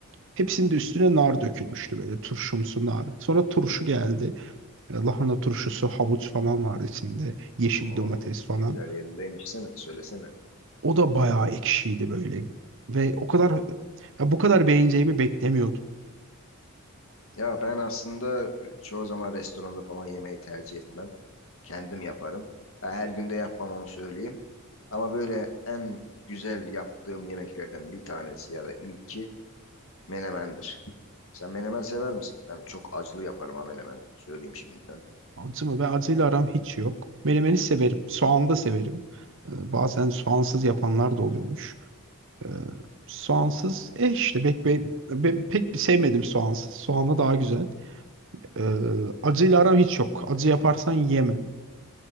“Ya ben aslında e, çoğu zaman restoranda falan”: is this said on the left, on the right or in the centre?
Left